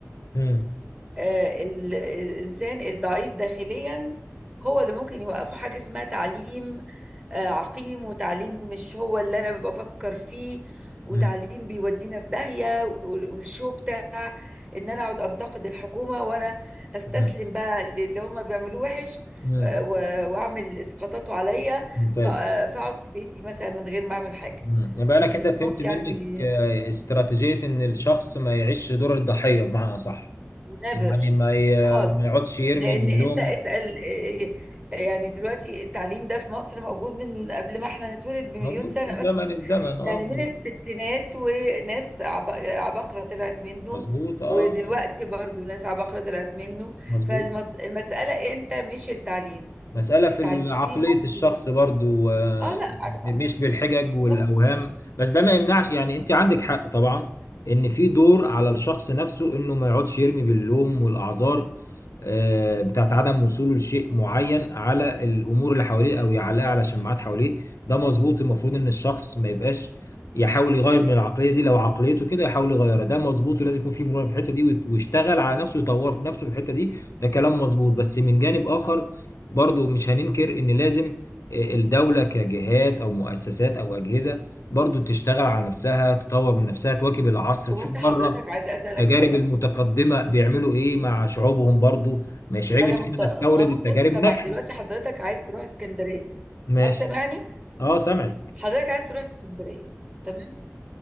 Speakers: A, on the left (about 70°); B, on the right (about 20°).
A: مم.
B: آه، ال- الإنسان الضعيف داخليا هو اللي ممكن يوقفه حاجة اسمها تعليم آه، عقيم وتعليم مش هو اللي أنا بفكر فيه وتعليم
A: مم.
B: بيودينا في داهية وال- والشو بتاع إن أنا أقعد أنتقد الحكومة وأنا أستسلم
A: مم.
B: بقى للي هما بيعملوه وحش
A: مم.
B: آه، و- وأعمل إسقاطاته عليا
A: ممتاز
B: ف- آه، فأقعد في بيتي مثلا من غير ما أعمل حاجة
A: مم. يبقى انا
B: which
A: كده
B: is
A: فهمت
B: not
A: منك
B: يعني
A: آه، استراتيجية ان الشخص ما يعيش دور الضحية بمعنى صح
B: نيفر
A: يعني ما ي-
B: خالص
A: ما يقعدش يرمي
B: لان
A: باللوم
B: انت اسأل إيه، يعني دلوقتي التعليم ده في مصر موجود من قبل ما احنا نتولد بمليون
A: موجود
B: سنة
A: من
B: <laughs>
A: زمن
B: مثلا
A: الزمن اه
B: يعني
A: مظبوط
B: من الستينات وناس عب- عباقرة طلعت منه
A: مظبوط اه
B: ودلوقتي
A: آه،
B: برضو ناس عباقرة طلعت منه
A: مظبوط
B: فالمسألة انت مش التعليم
A: مسألة
B: التعليم
A: في عقلية
B: ممكن
A: الشخص برضو آه،
B: اه لا عارفة
A: ما نرميش بالحجج
B: بالظبط
A: والأوهام بس ده ما يمنعش يعني أنت عندك حق طبعا إن في دور على الشخص نفسه إنه ما يقعدش يرمي باللوم والأعذار آه، بتاعت عدم وصوله لشيء معين على الأمور اللي حواليه أو يعلقها على شماعات حواليه ده مظبوط المفروض إن الشخص ما يبقاش يحاول يغير من العقلية دي لو عقليته كده يحاول يغيرها ده مظبوط ولازم يكون في مرونة في الحتة دي ويت- ويشتغل على نفسه يطور في نفسه في الحتة دي ده كلام مظبوط بس من جانب آخر برضو مش هننكر ان لازم آه، الدولة كجهات او مؤسسات او اجهزة برضو تشتغل على نفسها تطور من نفسها تواكب العصر
B: هو
A: تشوف
B: انت
A: بره
B: حضرتك عايزة اسألك
A: التجارب
B: حاجة
A: المتقدمة بيعملوا ايه مع شعوبهم برضو مش عيب
B: انا
A: ان
B: مت...
A: احنا نستورد
B: انا متفقة
A: التجارب الناجحة
B: معك دلوقتي حضرتك عايز تروح اسكندرية
A: ماشي
B: حضرتك سامعني
A: اه سامعك
B: حضرتك عايز تروح اسكندرية تمام